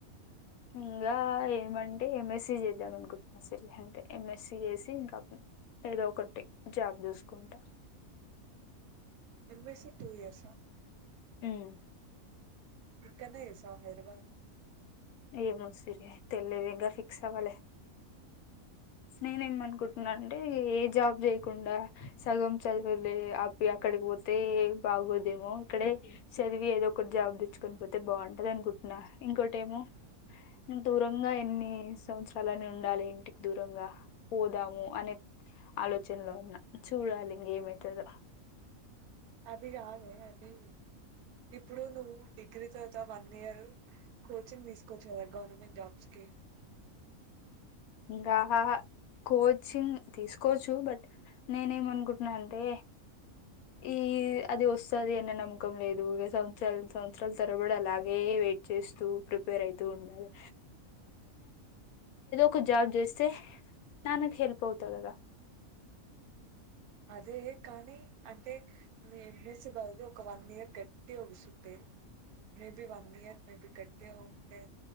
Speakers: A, on the left (about 80°); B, on the right (about 80°).
A: ఇంగా ఏమంటే ఎం ఎస్సి చేద్దాం అనుకుంటున్నా సిరి అంతే, ఎం ఎస్సి చేసి ఇంకా అప్ ఏదో ఒకటి జాబ్ జుస్కుంటా.
B: ఏం ఎస్సీ టూ ఇయర్స్ ఆ.
A: ఉమ్,
B: ఇక్కడనే సా <unintelligible> నీ అడగాలి.
A: ఏమో సిరి తెలీదు ఇంకా ఫిక్స్ అవ్వాలే. నేనేం అనుకుంటున్నా అంటే, ఏ జాబ్ జేయకుండా సగం చదువులే అపి అక్కడికి పోతే బాగోదేమో, ఇక్కడే సద్వి ఏదో ఒకటి జాబ్ దెచ్చుకొని పోతే బాగుంటది అనుకుంటున్న. ఇంకోటేమో దూరంగా ఎన్ని సంవత్సరాలని ఉండాలి ఇంటికి దూరంగా, పోదాము అనే ఆలోచనలో ఉన్న, చూడాలి ఇంగా ఏమైతదో.
B: అది కాదే అది, ఇప్పుడు నువ్వు డిగ్రీ చదువుతా వన్ ఇయరు కోచింగ్ తీసుకోవచ్చు గదా, గవర్నమెంట్ జాబ్స్ కి.
A: ఇంగా కోచింగ్ తీసుకోవచ్చు బట్, నేనేమనుకుంటున్నా అంటే, ఈ అది ఓస్తది అన్న నమ్మకం లేదు, ఇగా సంవత్సరాల్, సంవత్సరాల తరబడి అలాగే వే ఇచ్చేస్తు ప్రిపేర్ అయితు ఉండాలే. కో జాబ్ జేస్తే, నాన్నకు హెల్ప్ అవుతా గదా.
B: అదే కానీ, అంటే నువ్ ఎం ఎస్సి బదులు ఒక వన్ ఇయర్ గట్టిగా గుసుంటే. మేబి వన్ ఇయర్, మేబి గట్టిగా ఉంటే